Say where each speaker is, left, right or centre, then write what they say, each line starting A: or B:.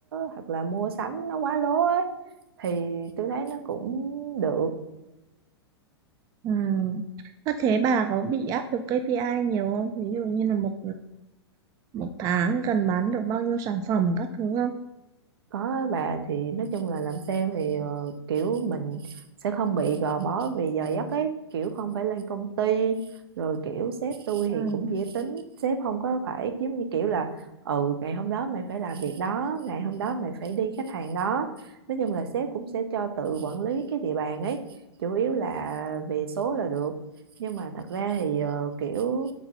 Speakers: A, on the right (about 60°); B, on the right (about 25°).
A: hoặc là mua sắm nó quá lố ấy thì tôi thấy nó cũng được
B: ừ. Có thế bà có bị áp lực KPI nhiều không ví dụ như là một một tháng cần bán được bao nhiêu sản phẩm các thứ không
A: có á bà thì nói chung là làm sale thì ờ, kiểu mình sẽ không bị gò bó vì giờ giấc ấy kiểu không phải lên công ty rồi kiểu sếp tôi
B: ừ.
A: thì cũng dễ tính sếp không có phải giống như kiểu là ừ ngày hôm đó mày phải làm việc đó ngày hôm đó mày phải đi khách hàng đó nói chung là sếp cũng sẽ cho tự quản lý cái địa bàn ấy chủ yếu là về số là được nhưng mà thật ra thì ờ, kiểu